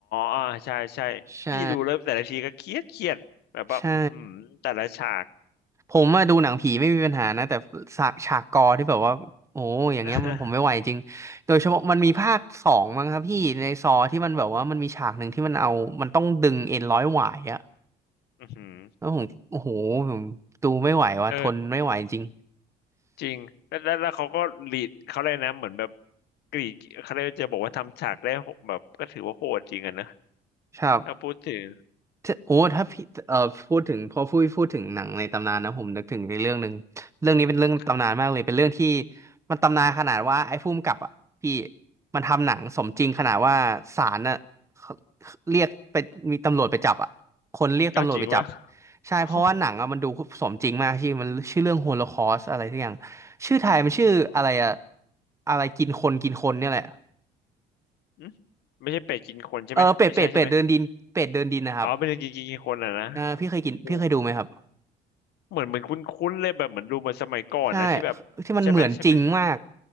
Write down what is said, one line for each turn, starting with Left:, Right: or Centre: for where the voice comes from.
Left: อ่าใช่ใช่พี่ดูแล้วแต่ละทีก็เครียดเครียดแบบว่าอือหือแต่ละฉาก
Right: ใช่ใช่ผมมาดูหนังผีไม่มีปัญหานะแต่ฉากฉากกอที่แบบว่าโอ้อย่างเงี้ยมันผมไม่ไหวจริงโดยเฉพาะมันมีภาคสองมั้งครับพี่ในซอที่มันแบบว่ามันมีฉากหนึ่งที่มันเอามันต้องดึงเอ็นร้อยหวายอะ
Left: <laughs> อือหือ
Right: แล้วผมโอ้โหผมดูไม่ไหวว่ะทนไม่ไหวจริง
Left: เออจริงแล้วแล้วแล้วเขาก็รีดเขาเลยกนะเหมือนแบบกรีดเขาเลยกจะบอกว่าทำฉากได้โหแบบก็ถือว่าโหดจริงอะนะ
Right: ครับ
Left: ถ้าพูดถึง
Right: ถ้าโอ้ถ้าพี่เอ่อพูดถึงพอพูดพูดถึงหนังในตำนานนะผมนึกถึงในเรื่องหนึ่งเรื่องนี้เป็นเรื่องตำนานมากเลยเป็นเรื่องที่
Left: ครับ
Right: มันตำนานขนาดว่าไอ้ผู้กำกับอ่ะพี่มันทำหนังสมจริงขนาดว่าศาลน่ะเขาเรียกไปมีตำรวจไปจับอ่ะคนเรียกตำรวจไปจับ
Left: เอาจริงวะ <laughs>
Right: ใช่เพราะว่าหนังอ่ะมันดูสมจริงมากชื่อมันชื่อเรื่องโฮโลคอสอะไรทุกอย่าง
Left: โอ้โห
Right: ชื่อไทยมันชื่ออะไรอ่ะ
Left: ของละคร
Right: อะไรกินคนกินคนเนี่ยแหละ
Left: อืมไม่ใช่เป็ดกินคนใช่ไหมไม่ใช่ใช่ไหม
Right: เออเป็ดเป็ดเป็ดเดินดินเป็ดเดินดินนะครับ
Left: อ๋อเป็นกินกินกินคนอ่ะนะ
Right: เออพี่เคยกินพี่เคยดูไหมครับ
Left: โอ้เหมือนเหมือนคุ้นๆเลยแบบเหมือนดูมันสมัยก่อนนะที่แบบใช่ไหมใช่ไหม
Right: ใช่ที่มันเหมือนจริงมาก